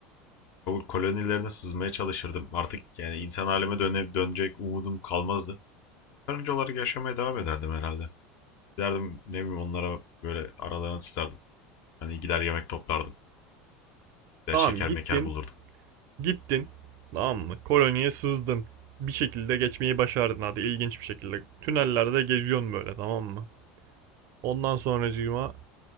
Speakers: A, on the left (about 60°); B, on the right (about 60°).
A: Kolonilerine sızmaya çalışırdım. Artık yani insan halime döne, dönecek umudum kalmazdı. Karınca olarak yaşamaya devam ederdim herhalde. Giderdim ne bileyim onlara böyle aralarına sızardım. Hani gider yemek toplardım. Gider
B: Tamam
A: şeker
B: gittin.
A: meker bulurdum.
B: Gittin. Tamam mı? Koloniye sızdın. Bir şekilde geçmeyi başardın hadi ilginç bir şekilde. Tünellerde geziyorsun böyle tamam mı? Ondan sonracığıma